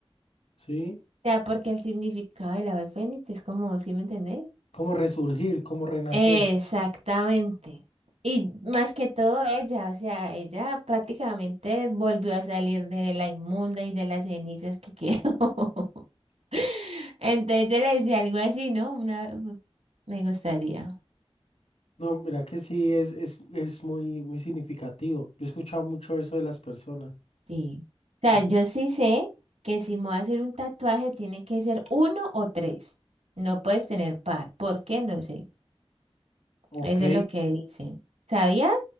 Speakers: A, on the left; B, on the right.
A: sí.
B: O sea, porque el significado del ave fénix es como, ¿sí me entendés?
A: Como resurgir, como renacer.
B: Exactamente. Y más que todo ella, o sea, ella prácticamente volvió a salir de la inmunda y de las cenizas que quedó. <laughs> Entonces yo le decía algo así, ¿no? Una, me gustaría.
A: No, mira que sí es, es, es muy, muy significativo. Yo he escuchado mucho eso de las personas.
B: Sí. O sea,
A: Ujú.
B: yo sí sé que si me voy a hacer un tatuaje tiene que ser uno o tres. No puedes tener par. ¿Por qué? No sé.
A: Ok.
B: Eso es lo que dicen. ¿Sabías?